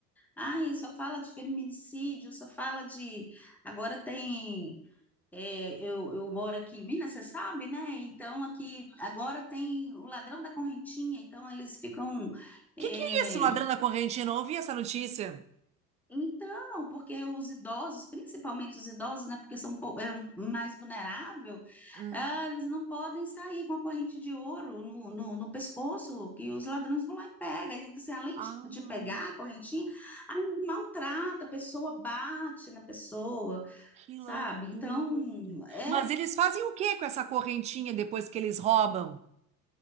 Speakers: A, in the centre; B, on the right.
A: Ai, só fala de feminicídio, só fala de. Agora tem. é, eu, eu moro aqui em Minas, você sabe, né? Então aqui agora tem o ladrão da correntinha, então eles ficam. é,
B: Que que é isso, ladrão da correntinha? Eu não ouvi essa notícia.
A: Então, porque os idosos, principalmente os idosos, né, porque são pou- é, um- mais vulnerável,
B: Hum.
A: ah, eles não podem sair com a corrente de ouro no, no, no pescoço, que os ladrões vão lá e pegam. Então, assim, além
B: Ah,
A: de, de pegar a correntinha, aí maltrata a pessoa, bate na pessoa,
B: que
A: sabe?
B: loucura.
A: Então, é,
B: Mas eles fazem o que com essa correntinha depois que eles roubam?